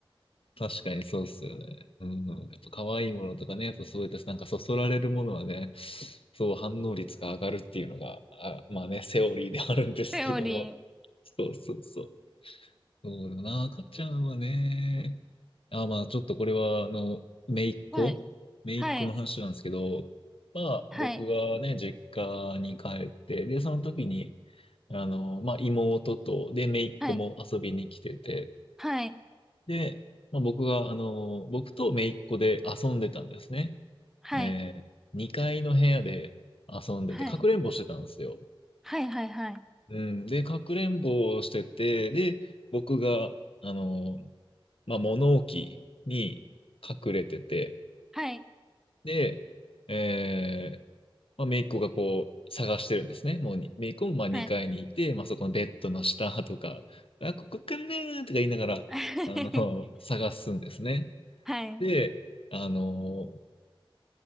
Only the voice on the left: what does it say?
確かにそうっすよね。うんうん。やっぱ可愛いものとかね、やっぱそうやってなんかそそられるものはね、そう反応率が上がるっていうのが、あ、まあね、セオリーであるんですけども。
そうそうそう。そうだな、赤ちゃんはね、あ、まあちょっとこれは、あの、姪っ子姪っ子の話なんですけど、
まあ僕がね、
実家に帰って、で、その時に、あの、まあ妹と、で、姪っ子も遊びに来てて、
で、まあ、僕が、あの、僕と姪っ子で遊んでたんですね。
えー、2階の部屋で遊んでて、
かくれんぼしてたんですよ。
うん。で、かくれんぼをしてて、で、僕が、あの、まあ、物置に隠れてて、
で、えー、まあ、姪っ子がこう、探してるんですね。もうに、姪っ子もまあ2階にいて、
まあ、そこのベッドの下とか、あ、ここかなーとか言いながら、
あの、探すんですね。
で、あのー